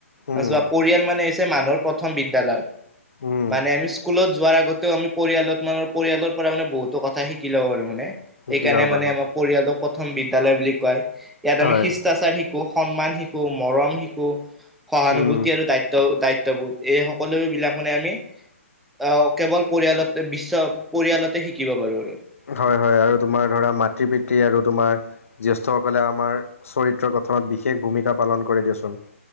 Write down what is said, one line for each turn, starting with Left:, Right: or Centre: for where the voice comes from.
Left: উম
Centre: অ চোৱা পৰিয়াল মানে হৈছে মানুহৰ প্ৰথম বিদ্যালয়।
Left: উম
Centre: মানে আমি স্কুলত যোৱাৰ আগতেও আমি পৰিয়ালত মান পৰিয়ালৰ পৰা মানে বহুতো কথা শিকি লওঁ আৰু। সেইকাৰণে
Left: শিকি যাব পাৰোঁ
Centre: মানে আমাৰ পৰিয়ালটো প্ৰথম বিদ্যালৈ বুলি কয়। ইয়াত
Left: হয়
Centre: আমি শিষ্টাচাৰ শিকো, সন্মান শিকো, মৰম শিকো, সহানুভূতি
Left: উম,
Centre: আৰু দায়িত্ব দায়িত্ববোধ এই সকলো বিলাক মানে আমি, আহ কেৱল পৰিয়ালতে বিশ্ব পৰিয়ালতে শিকিব পাৰু আৰু।
Left: হয় হয় আৰু। তোমাৰ ধৰা মাতৃ পিতৃ আৰু তোমাৰ গৃহস্থসকলে আমাৰ চৰিত্ৰ গঠনত বিশেষ ভূমিকা প- পালন কৰে দিয়াচোন।